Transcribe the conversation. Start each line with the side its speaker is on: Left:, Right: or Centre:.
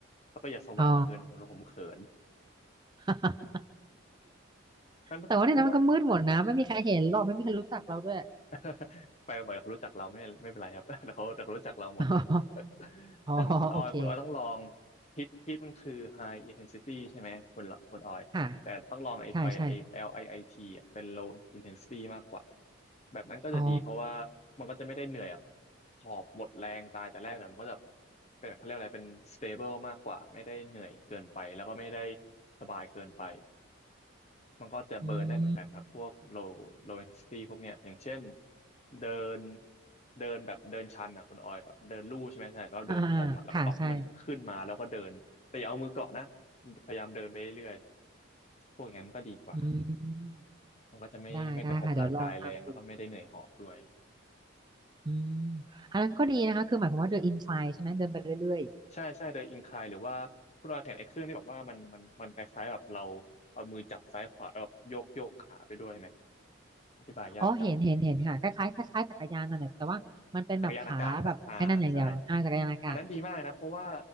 Left: แล้วก็อย่าสว่างเกินผมผมเขิน
Right: อ๋อ <laughs>
Left: งั้นคุณ
Right: แต่ว่าในนั้นมันก็มืดหมดนะไม่มีใครเห็นหรอกไม่มีใครรู้จักเราด้วย
Left: <laughs> ไปบ่อยเขารู้จักเราไม่ไม่เป็นไรครับ <laughs> แต่เขาแต่เขารู้จักเราหมด
Right: <laughs>
Left: <laughs>
Right: อ๋ออ๋อ
Left: นั่นคุณออยคุณออยต้องลอง
Right: โอเค
Left: ฮิตฮิตมันคือ high intensity ใช่ไหมคุณคุณออยแต่ต้องลองไอ้ไปไอ้
Right: ค่ะใช่ ใช่
Left: LIIT อลไอไอทีอะเป็น low intensity มากกว่าแบบนั้นก็จะดีเพราะว่ามันก็จะไม่ได้เหนื่อยแบบ
Right: อ๋อ
Left: หอบหมดแรงตายแต่แรกแต่มันก็จะเป็นเขาเรียกอะไรเป็น stable มากกว่าไม่ได้เหนื่อยเกินไปแล้วก็ไม่ได้สบายเกินไป มันก็จะเบิร์นได้เหมือนกันครับพวก
Right: อืม
Left: low low intensity พวกเนี้ยอย่างเช่นเดินเดินแบบเดินชันอ่ะคุณออยแบบเดินลู่ใช่ไหมใช่เราเดินตรงๆอ่ะแล้วก็ปล่อยให้มันขึ้นมาแล้วก็เดินแต่อย่าเอามือเกาะนะ
Right: อ่าค่ะ ใช่
Left: พยายามเดินไปเรื่อยๆพวกอย่างนั้นก็ดีกว่า
Right: อืม
Left: มันก็จะไม่ไม่กระทบร่างกายแรงแล้วก็ไม่ได้เหนื่อยหอบด้วย
Right: ได้ ได้ค่ะ เดี๋ยวลองทำดูอืมอันนั้นก็ดีนะคะ คือหมายความว่าเดินอินไ i ใช่ไหม เดินไปเรื่อย
Left: ใช่ใช่โดยอินคลายหรือว่าคุณออยเห็นไอ้เครื่องที่บอกว่ามันมันมันคล้ายๆแบบเราเอามือจับซ้ายขวาแล้วแบบโยกโยกขาไปด้วยไหมอธิบายยากจัง
Right: ๆ อ๋อ เห็น เห็นเห็นค่ะ คล้ายๆคล้ายๆจักรยานนั่นแหละแต่ว่ามันเป็นแบบขาแบบไอ้นั่นอย่างเดียวอ่าจักรยานอากาศ
Left: จักรยานอากาศอ่ะอ่าใช่ อันนั้นดีมากนะเพราะว่า